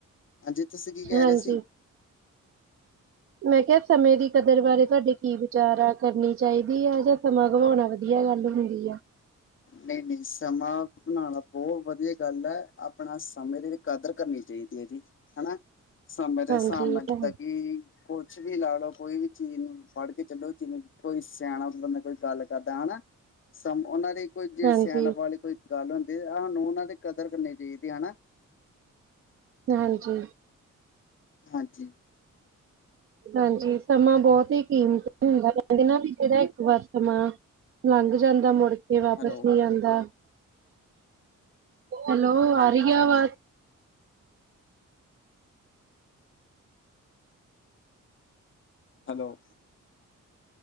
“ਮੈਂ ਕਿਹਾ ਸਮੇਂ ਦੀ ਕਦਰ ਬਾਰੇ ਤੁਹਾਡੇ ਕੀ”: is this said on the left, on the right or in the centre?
Right